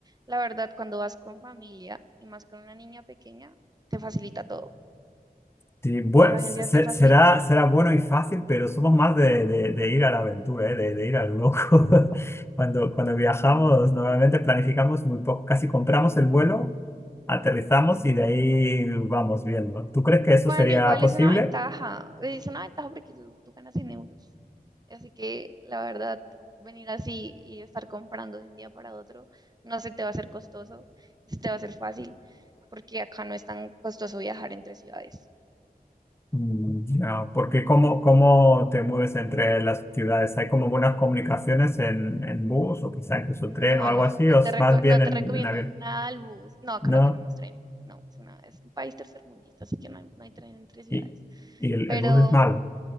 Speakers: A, on the right; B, on the left.
A: la verdad, cuando vas con familia y más con una niña pequeña, te facilita todo.
B: Sí, bue-
A: Las agencias
B: se-
A: te facilitan
B: será,
A: todo.
B: será bueno y fácil, pero somos más de, de- de ir a la aventura, ¿eh? De, de ir al loco. <laughs> Cuando, cuando viajamos, normalmente planificamos muy poco, casi compramos el vuelo, aterrizamos y de ahí vamos viendo. ¿Tú crees que eso
A: Bueno,
B: sería
A: igual
B: posible?
A: es una ventaja, es una ventaja porque tú, tú ganas en euros. Así que la verdad, venir así y estar comprando de un día para otro, no se te va a hacer costoso, se te va a hacer fácil, porque acá no es tan costoso viajar entre ciudades.
B: Mm, ya, porque ¿cómo, cómo te mueves entre las ciudades? ¿Hay como buenas comunicaciones en, en bus o quizá incluso
A: No,
B: tren o algo
A: no,
B: así?
A: no
B: ¿O es
A: te reco-
B: más bien
A: no
B: en,
A: te recomiendo
B: en avión?
A: nada al bus. No, acá
B: ¿No?
A: no tenemos tren. No, es una, es un país tercermundista, así que no hay, no hay tren entre ciudades.
B: ¿Y, y el,
A: Pero,
B: el bus es malo?
A: mm,